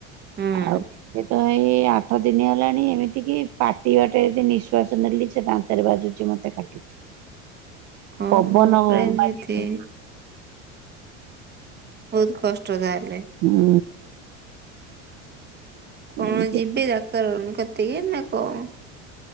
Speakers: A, on the right; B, on the right.
A: ହୁଁ
B: ଆଉ ତ ଏଇ ଆଠ ଦିନି ହେଲାଣି ଏମିତିକି ପାଟି ବାଟେ ଯଦି ନିଃଶ୍ୱାସ ନେଲି ସେ ଦାନ୍ତରେ ବାଜୁଛି ମୋତେ କାଟୁ
A: ଓହୋ
B: ପବନ
A: ପୁରା ଏମିତି
B: ବାଜିଲେ
A: ବହୁତ କଷ୍ଟ ତାହେଲେ।
B: ହୁଁ।
A: କଣ
B: ଏମିତି
A: ଯିବି ଡାକ୍ତର କତିକି ନା କଣ?